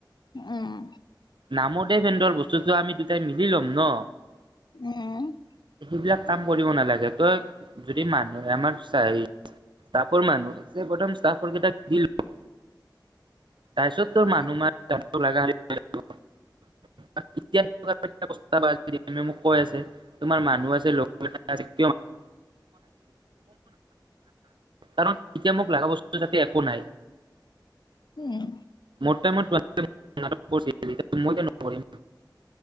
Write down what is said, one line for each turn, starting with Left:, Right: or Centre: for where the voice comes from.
Left: উম।
Right: নামত হে ভেন্দৰ, বস্তুটো আমি দুটাই মিলি ল'ম ন।
Left: উম,
Right: সিবিলাক কাম কৰিব নালাগে, তই যদি মানুহ আমাৰ চা হেৰি ষ্টাফৰ মানুহ এ প্ৰথম ষ্টাফৰ কেটাক দি ল তাৰপিছত তোৰ মানুহ <unintelligible> <unintelligible> মোক কৈ আছে তোমাৰ মানুহ আছে <unintelligible> কাৰণ এতিয়া মোক লাগা বস্তু তাতে একো নাই।
Left: উম,
Right: মোৰ‌ টাইমত <unintelligible> মই কিয় নকৰিম।